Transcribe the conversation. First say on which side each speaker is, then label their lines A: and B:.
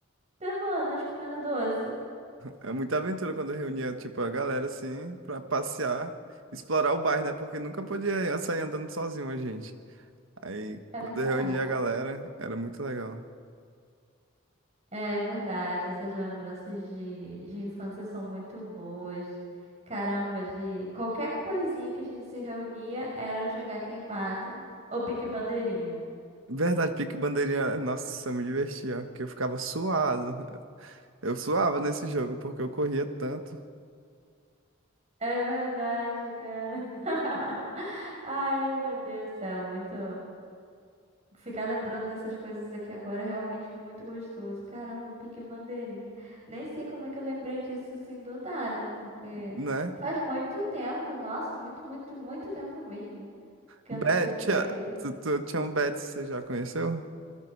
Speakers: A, on the right; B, on the right.
A: semanas comendo doce.
B: É muita aventura quando reunia, tipo, a galera, assim, pra passear, explorar o bairro, né? Porque nunca podia sair andando sozinho a gente. Aí,
A: É
B: quando
A: verdade.
B: eu reunia a galera, era muito legal.
A: É verdade. Essas lembranças de, de infância são muito boas. Caramba, de qualquer coisinha que a gente se reunia era jogar queimado ou pique bandeirinho.
B: Verdade, pique bandeirinha. Nossa, eu me divertia, porque eu ficava suado. Eu suava nesse jogo porque eu corria tanto,
A: É verdade, cara. <laughs> Ai, meu Deus do céu, muito. Ficar lembrando dessas coisas aqui agora é realmente muito gostoso. Caramba, pique bandeirinha. Nem sei como é que eu lembrei disso assim do nada, porque
B: né?
A: faz muito tempo, nossa, muito, muito, muito tempo mesmo, que
B: Betia,
A: eu não sei o que é isso.
B: tu, tu tinha um Betis, você já conheceu?